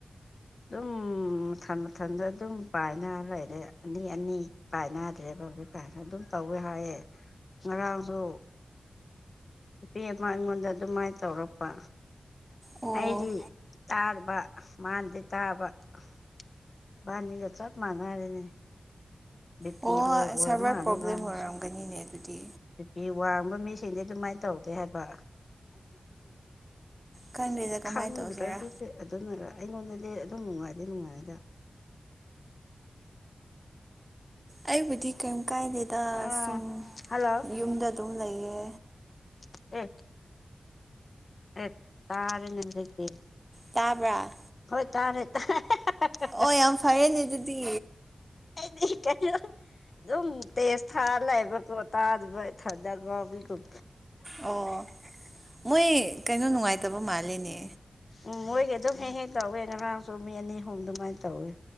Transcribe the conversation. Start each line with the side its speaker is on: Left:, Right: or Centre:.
Left: ꯑꯗꯨꯝ ꯃꯊꯟ ꯃꯊꯟꯗ ꯑꯗꯨꯝ ꯄꯥꯏꯅ ꯂꯩꯔꯦ ꯑꯅꯤ ꯑꯅꯤ ꯄꯥꯏꯅꯗ꯭ꯔꯦ ꯄꯕ꯭ꯂꯤ ꯀꯥꯏꯅ ꯑꯗꯨꯝ ꯇꯧꯋꯦ ꯍꯥꯏꯌꯦꯦ ꯉꯔꯥꯡꯁꯨ ꯅꯨꯄꯤ ꯑꯃ ꯑꯩꯉꯣꯟꯗ ꯑꯗꯨꯃꯥꯏꯅ ꯇꯧꯔꯛꯄ
Right: ꯑꯣ
Left: ꯑꯩꯗꯤ ꯇꯥꯔꯕꯥ ꯃꯥꯥꯟꯦ ꯇꯥꯔꯕꯥ ꯅꯤꯒ ꯆꯠ ꯃꯥ ꯃꯥꯔꯦꯅꯦ ꯕꯤ ꯄꯤ
Right: ꯑꯣ
Left: ꯂꯣ ꯑꯣꯏ
Right: ꯁꯔꯚꯔ
Left: ꯃꯥꯅꯤ
Right: ꯄ꯭ꯔꯣꯕ꯭ꯂꯦꯝ
Left: ꯋꯥꯅꯤꯁ
Right: ꯑꯣꯏꯔꯝꯒꯅꯤꯅꯦ ꯑꯗꯨꯗꯤ
Left: ꯅꯨꯄꯤꯤ ꯋꯥꯡꯕ ꯃꯤꯁꯤꯡꯗꯤ ꯑꯗꯨꯃꯥꯏꯅ ꯇꯧꯗꯦ ꯍꯥꯏꯕ
Right: ꯈꯪꯗꯦꯗ ꯀꯃꯥꯏꯅ
Left: ꯈꯪꯕ꯭ꯔꯥ
Right: ꯇꯧꯁꯤꯔꯥ
Left: ꯑꯗꯨ ꯁꯤ ꯑꯗꯨꯅꯔ ꯑꯩꯉꯣꯟꯗꯗꯤ ꯑꯗꯨꯝ ꯅꯨꯡꯉꯥꯏꯗꯤꯦ ꯅꯨꯡꯉꯥꯏꯔꯗ
Right: ꯑꯩꯕꯨꯗꯤ ꯀꯩꯝ ꯀꯥꯏꯗꯦꯗ
Left: ꯑꯥ
Right: ꯁꯨꯝ
Left: ꯍꯜꯂꯣ
Right: ꯌꯨꯝꯗ ꯑꯗꯨꯝ ꯂꯩꯌꯦ꯫
Left: <unintelligible> ꯑꯦꯠ ꯇꯥꯔꯦꯅꯦ ꯍꯧꯖꯤꯛꯇꯤ꯫
Right: ꯇꯥꯕ꯭ꯔꯥ꯫
Left: ꯍꯣꯏ ꯇꯥꯔꯦ ꯇꯥ꯫ <unintelligible>
Right: ꯑꯣ ꯌꯥꯝ ꯐꯔꯦꯅꯦ ꯑꯗꯨꯗꯤ
Left: ꯑꯩꯗꯤ ꯀꯩꯅꯣ ꯑꯗꯨꯝ ꯇꯦꯖ ꯊꯥ ꯂꯩꯕꯀꯣ ꯇꯥꯗꯕ ꯏꯊꯟꯗ ꯉꯥꯎꯕꯤꯒꯨꯝ꯫
Right: ꯑꯣ ꯃꯣꯏ ꯀꯩꯅꯣ ꯅꯨꯡꯉꯥꯏꯇꯕ ꯃꯥꯜꯂꯦꯅꯦ꯫
Left: ꯎꯝ ꯃꯣꯏꯒ ꯑꯗꯨꯝ ꯍꯦꯛ ꯍꯦꯛ ꯇꯧꯋꯦ ꯉꯔꯥꯡꯁꯨ ꯃꯤ ꯑꯅꯤ ꯍꯨꯝ ꯑꯗꯨꯃꯥꯏ ꯇꯧꯋꯦ꯫